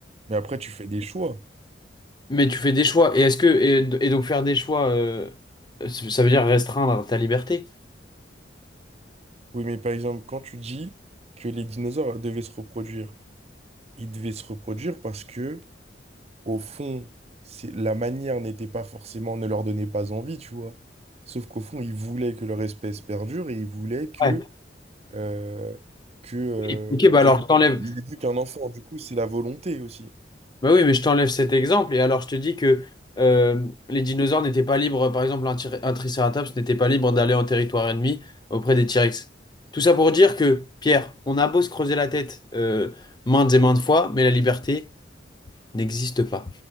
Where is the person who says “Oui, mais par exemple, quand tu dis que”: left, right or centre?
Right